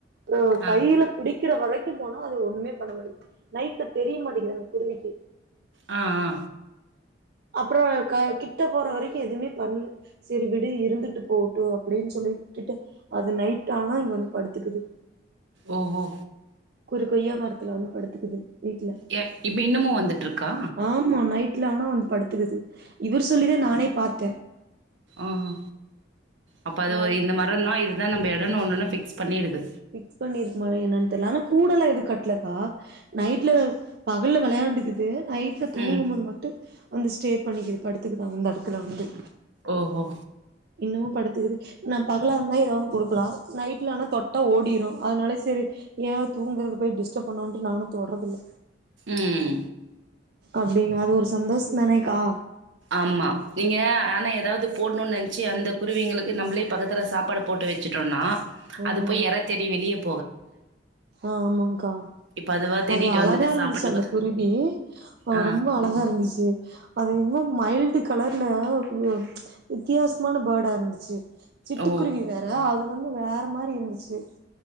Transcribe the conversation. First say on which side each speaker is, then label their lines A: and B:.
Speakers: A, on the right; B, on the right.
A: ம்
B: ஆ
A: கையில பிடிக்கிற வரை போனா அது ஒன்னுமே பண்ண மாடி நைட்ல தெரிய மாட்டிங்குது அந்த குருவிக்கு
B: ஆ ஆ
A: அப்றம் கிட்ட போற வரைக்கு எதுவுமே பண்ணல சரி விடு இருந்துட்டு போட்டு அப்டின்னு சொல்லிட்டு அது நைட் ஆனா இங்க வந்து படுத்துக்குது
B: ஓ ஓ
A: கூடு கொய்யா மரத்துல வந்து படுத்துக்குது வீட்ல
B: ஏ இப்போ இன்னமு வந்துட் இருக்கா
A: ஆமா நைட்ல ஆனா வந்து படுத்துக்குது இவர் சொல்லிதான் நானே பார்த்தேன்
B: ஆஹா அப்ப அது
A: ஆ
B: ஒரு இந்த மரம் தான் இதுதான் நம்ம இடம் ஒன்னொன்ன பிக்ஸ் பண்ணிடுது
A: பிக்ஸ் பண்ணிருக்குமா என்னனு தெர்ல ஆனா கூடெல்லாம் எது கட்லக்கா நைட்ல பகல்ல வெளாண்டுக்குது நைட்ல தூங்கும்போது
B: ம்
A: மட்டு வந்து ஸ்டே பண்ணிக்கிது படுத்துக்குது அந்த இடத்துல வந்து
B: ஓஹோ
A: இன்னுமும் படுத்துக்குது நான் பகலா இருந்தா ஏதோ ஒன்னு கொடுக்கலாம் நைட்ல ஆனா தொட் ஓடிரும் அதனால சரி ஏா தூங்கறத போய் டிஸ் டிஸ்டப்பன்னுவண்ட்டு நானும் தொட்ரத்துள்ள
B: ம்
A: அப்டினாது ஒருஸ் சந்தோஷ தானேக்கா
B: ஆமா நீங்க ஆனா ஏதாவது போடணும்னு நினச் ஆச்சு அந்த குருவிங்களுக்கு நம்மளே பக்கதுல சாப்பாடு போட்டு வச்சிட்டோனா
A: ம்
B: அது போய் எறத்தேடி வெளியேப்
A: ஆ ஆமாங்கா
B: இப்ப அதுவா தேடிட்டு
A: அது அழகா
B: வந்துட்டு
A: இருந்துச்சு
B: சாப்புட்டுக்குது
A: அந்த குருவி ஹா
B: ஆ
A: ரொம்ப அழகா இருந்துச்சு அது இன்னும் மைல்டு கலர்ல ம் வித்தியாசமான பேர்டா இருந்துச்சு சிட்டுக்குருகி
B: ஓ
A: வேற அதும் வந்து வேற மாரி இருந்துச்சு